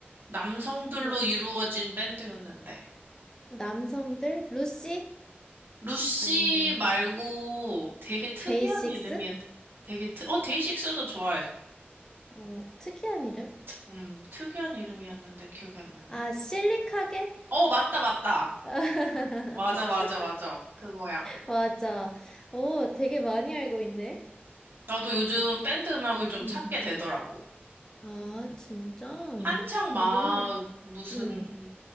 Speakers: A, on the right; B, on the left.
A: 남성들로
B: 뭐,
A: 이루어진 밴드였는데.
B: 남성들? 루시?
A: 루시
B: 아니면,
A: 말고 되게 특이한
B: 데이식스?
A: 이름이, 되게 특, 어, 데이식스도 좋아해.
B: 어, 특이한 이름?
A: 음, 특이한 이름이었는데 기억이 안 나네.
B: 아, 실리카겔?
A: 어, 맞다, 맞다.
B: <laughs>
A: 맞아, 맞아, 맞아. 그거야.
B: 맞아. 오, 되게 많이 알고 있네.
A: 나도 요즘 밴드 음악을 좀
B: 음.
A: 찾게 되더라고.
B: 아, 진짜? 어,
A: 한창
B: 너무,
A: 막 무슨
B: 응,